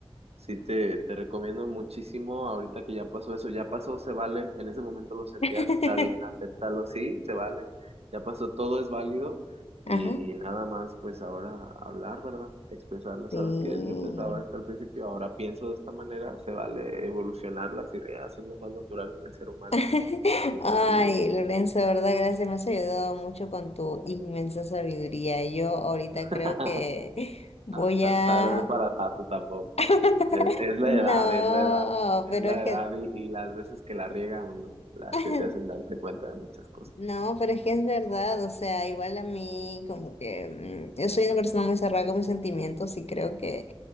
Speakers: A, on the right; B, on the left.
A: Sí, te, te recomiendo muchísimo ahorita que ya pasó eso, ya pasó, se vale, en ese momento lo sentías,
B: <laughs>
A: está bien, acéptalo, sí, se vale, ya pasó, todo es válido y
B: Ajá.
A: nada más pues ahora hablar, ¿verdad? Expresarle,
B: Sí.
A: ¿sabes que Yo pensaba esto al principio, ahora pienso de esta manera, se vale evolucionar las ideas, es lo más natural en el ser humano
B: <laughs>
A: y
B: Ay,
A: pues sí,
B: Lorenzo, de verdad, gracias. Me has ayudado mucho con tu inmensa sabiduría. Yo ahorita
A: <laughs>
B: creo que voy
A: hasta- hasta
B: a...
A: ahora no es para tanto tampoco.
B: <laughs>
A: Es, es la
B: No,
A: edad, es la edad. Es
B: pero
A: la
B: es
A: edad
B: que
A: y, y las veces que la riega uno, las
B: <laughs>
A: que te hacen darte cuenta de muchas cosas.
B: No, pero es que es verdad, o sea, igual a mí como que mm, yo soy una persona muy cerrada con mis sentimientos y creo que